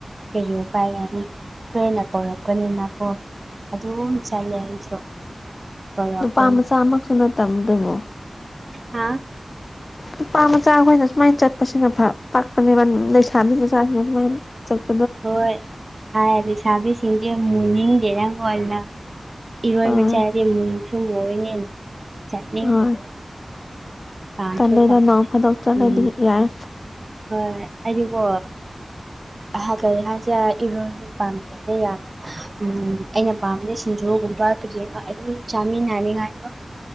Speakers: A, on the right; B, on the left.
A: ꯀꯔꯤ ꯎꯄꯥꯏꯔꯅꯤ ꯐ꯭ꯔꯦꯟꯅ ꯀꯧꯔꯛꯄꯅꯤꯅꯀꯣ ꯑꯗꯨꯝ ꯆꯠꯂꯦ ꯑꯩꯁꯨ ꯀꯧꯔꯛꯄꯅꯤ
B: ꯅꯨꯄꯥ ꯃꯆꯥ ꯑꯥꯃꯈꯛꯅ ꯇꯝꯗꯨꯕꯨ
A: ꯍꯥꯥ
B: ꯅꯨꯄꯥ ꯃꯆꯥꯈꯣꯏꯅ ꯁꯨꯃꯥꯏꯅ ꯆꯠꯄꯁꯤꯅ ꯐꯥ ꯄꯥꯛꯄꯅꯦꯕ ꯂꯩꯁꯥꯕꯤ ꯃꯆꯥꯁꯤꯡꯅ ꯁꯨꯃꯥꯏꯅ ꯆꯠ_ _
A: ꯍꯣꯏ ꯍꯥꯏꯔ ꯂꯩꯁꯥꯕꯤꯁꯤꯡꯁꯦ ꯃꯨꯅꯤꯡꯗꯦ ꯑꯣꯏ ꯂ_ _ ꯏꯔꯣꯏꯕ
B: ꯍꯣꯏ
A: ꯆꯠꯂꯗꯤ ꯃꯨꯁꯨ ꯃꯨꯏꯌꯦꯅꯦ ꯆꯠꯅꯤꯡꯗꯦ
B: ꯍꯣꯏ
A: ꯄꯥꯝꯁꯨ
B: ꯇꯜꯂꯦꯗ
A: ꯄꯥꯝꯗꯦ
B: ꯅꯣꯡ ꯐꯥꯗꯣꯛ ꯆꯠꯂꯗꯤ
A: ꯎꯝ
B: ꯌꯥꯏ
A: ꯍꯣꯏ ꯑꯩꯗꯤꯀꯣ_ ꯑꯍ ꯀꯔꯤ ꯍꯥꯏꯁꯤꯔ ꯏꯔꯣꯟꯕ ꯄꯥꯝꯖꯗꯦ ꯌꯥꯝꯅ ꯎꯝ ꯑꯩꯅ ꯄꯥꯝꯕꯗꯤ ꯁꯤꯡꯖꯨꯒꯨꯝꯕ ꯀ꯭ꯔꯤ ꯑꯗꯨꯝ ꯆꯥꯃꯤꯟꯅꯅꯤꯡꯉꯥꯏꯗꯣ